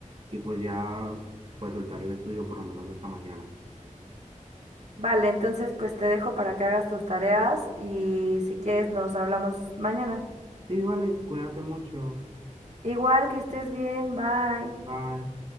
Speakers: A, on the right; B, on the right.
A: y pues ya pues soltar el estudio por lo menos hasta mañana.
B: Vale, entonces pues te dejo para que hagas tus tareas y si quieres nos hablamos mañana.
A: Sí, vale, cuídate mucho.
B: Igual que estés bien, bye.
A: Bye.